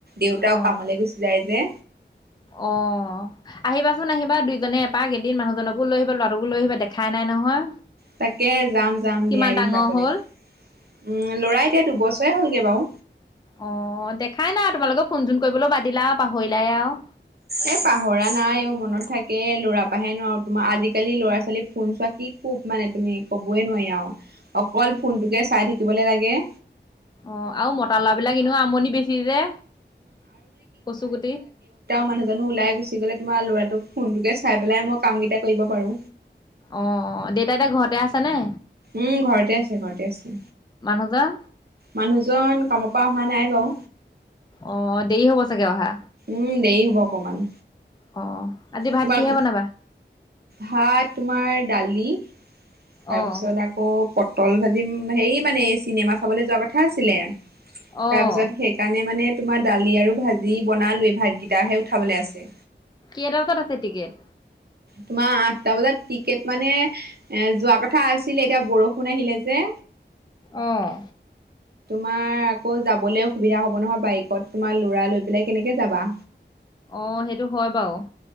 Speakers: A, on the right; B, on the left.
A: দেউতাও
B: অ
A: কামলৈ গুচি যায় যে
B: অ আহিবাচোন আহিবা দুইজনে এপাক এদিন মানুহজনকো লৈ আহিবা ল'ৰাকো লৈ আহিবা দেখাই নাই নহয়
A: তাকে যাম যাম
B: কিমান
A: দিয়া এদিন
B: ডাঙৰ
A: যাব
B: হ'ল
A: লাগিব উম ল'ৰা এতিয়া দুবছৰ ই হ'লগৈ বাৰু
B: অ দেখাই না তোমালোকে ফোন চোন কৰিবলৈ বাদিলা পাহৰিলাই আৰু
A: এ পাহৰা নাই অ মনত থাকে ল'ৰা পৰাহেন নোৱাৰোঁ আৰু তোমাৰ আজিকালি ল'ৰা ছোৱালী ফোন চোৱা কি খুব মানে তুমি ক'বই নোৱাৰি আৰু অকল ফোনটোকে চাই থাকিবলৈ লাগে লাগে
B: অ আৰু মতা ল'ৰা বিলাক এনেও আমনি বেছি যে কচু কুটি
A: মানুহ জনু ওলাই গুচি গ'লে তোমাৰ লৰাটোক ফোনটোকে চাই পেলাই মই কাম কেইটা কৰিব পাৰো
B: অ দেউতা ঘৰতে আছ নে
A: উম ঘৰতে আছে ঘৰতে আছে
B: মানুহজন?
A: মানুহজন কামত পা অহা নাই বাৰো
B: অ দেৰি হ'ব চাগে অহা
A: উম দেৰি হ'ব অকমান
B: অ আজি ভাত
A: তোমাৰ
B: কিহে বনাবা?
A: ভাত তোমাৰ দালি তাৰ
B: অ',
A: পিছত আকৌ প তল ভাজিম হেৰি মানে চিনেমা চাবলৈ যোৱা কথা আছিলে তাৰ
B: অ',
A: পিছত সেইকাৰণে মানে তোমাৰ দালি আৰু ভাজি বনালৈ ভাতকেইটাহে উঠাবলৈ আছে
B: কেইটা বজাত আছে টিকেট
A: তোমাৰ আঠটা বজাত টিকেট মানে এ যোৱা কথা আছিলে এতিয়া বৰষুণ আহিলে যে
B: অঁ
A: তোমাৰ আকৌ যাবলৈ অসুবিধা হ'ব নহয় বাইকত তোমাৰ ল'ৰা লৈ পেলাই কেনেকে যাবা
B: অ সেইটো হয় বাৰু